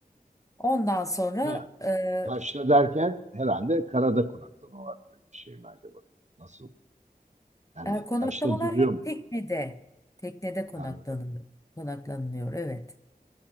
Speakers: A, on the left; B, on the right.
A: Ondan sonra
B: Ha.
A: e,
B: Taşra derken herhalde karada konaklama var böyle bir şey mi acaba? Nasıl? Yani
A: E, konaklamalar
B: taşta duruyor
A: hep
B: mu?
A: teknede. Teknede konaklanılıyor.
B: Anladım.
A: Konaklanılıyor, evet.